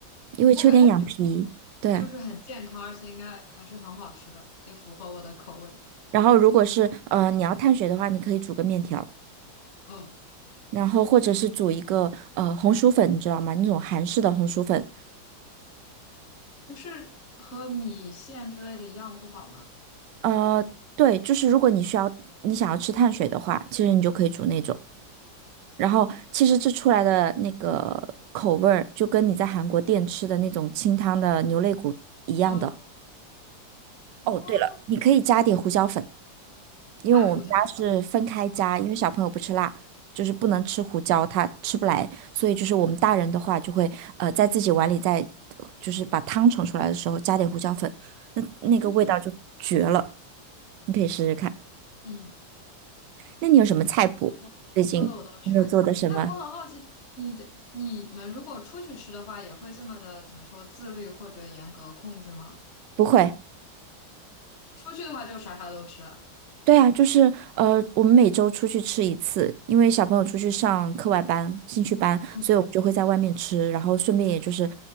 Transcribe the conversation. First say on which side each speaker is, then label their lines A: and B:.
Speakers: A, on the right; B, on the left.
A: 因为秋天养脾。
B: 我感觉
A: 对，
B: 就是很健康，而且应该还是很好吃的，也符合我的口味。
A: 然后如果是呃你要碳水的话，你可以煮个面条。
B: 嗯，
A: 然后或者是煮一个呃红薯粉，你知道吗？那种韩式的红薯粉，
B: 不是和米线之类的一样不好吗？
A: 呃，对，就是如果你需要你想要吃碳水的话，其实你就可以煮那种。然后其实这出来的那个口味儿，就跟你在韩国店吃的那种清汤的牛肋骨一样的。
B: 嗯，哦，
A: 哦，对了，你可以加点胡椒粉。因为我们家是分开加，
B: 白胡椒是吗？
A: 因为小朋友不吃辣，就是不能吃胡椒，他吃不来，所以就是我们大人的话就会呃在自己碗里再呃就是把汤盛出来的时候加点胡椒粉，那那个味道就绝了，
B: 嗯
A: 你可以试试看。
B: 嗯。
A: 那你有什么菜谱？
B: 说你说的我都馋了。
A: 最近有没有做的什么？
B: 哎，我很好奇，你的你们如果出去吃的话，也会这么的怎么说自律或者严格控制吗？
A: 不会。
B: 出去的话就啥啥都吃。
A: 对啊，就是呃，我们每周出去吃一次，因为小朋友出去上课外班、兴趣班，
B: 嗯
A: 所以我们就会在外面吃，然后顺便也就是